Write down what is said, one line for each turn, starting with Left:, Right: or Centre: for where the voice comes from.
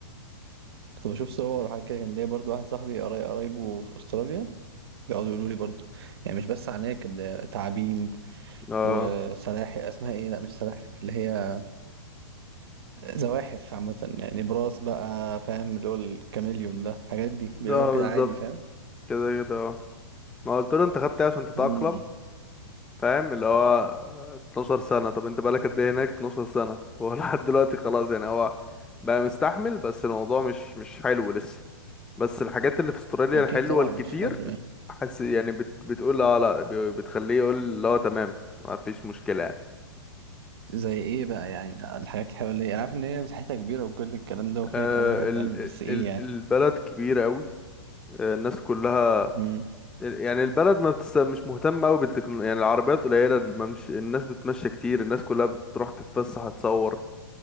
Right: كنت بشوف صور وحاجات كده كان ليا برضو واحد صاحبي قراي- قرايبه في استراليا بيقعدوا يقولوا لي برضو يعني مش بس عناكب ده تعابين
Centre: اه
Right: وسلاحف اسمها ايه لا مش سلاحف اللي هي زواحف عامه يعني براس بقى فاهم اللي هو الكاميليون ده الحاجات دي بيلاقوها
Centre: اه
Right: كده
Centre: بالظبط
Right: عادي فاهم
Centre: كده كده اه ما قلت له انت خدت ايه عشان تتأقلم
Right: امم
Centre: فاهم اللي هو 12 سنة طب انت بقالك قد ايه هناك 12 سنة هو <laughs> لحد دلوقتي خلاص يعني هو بقى مستحمل بس الموضوع مش مش حلو لسه بس الحاجات اللي في استراليا
Right: اكيد
Centre: الحلوة
Right: طبعا
Centre: الكتير
Right: مش حلو
Centre: حس يعني بت... بتقول اه لا ب- بتخليه يقول لا تمام ما فيش مشكلة يعني
Right: زي ايه بقى يعني الحاجات الحوالية انا عارف ان هي مساحتها كبيرة وكل الكلام ده وفيها
Centre: آه
Right: كذا حاجة تعمل
Centre: ال...
Right: بس ايه
Centre: ال...
Right: يعني
Centre: البلد كبيرة قوي آه الناس كلها
Right: امم
Centre: يعني البلد ما بتس... مش مهتمة قوي بالتكنولوجيا يعني العربيات قليلة الممش... الناس بتمشي كتير الناس كلها بتروح تتفسح تصور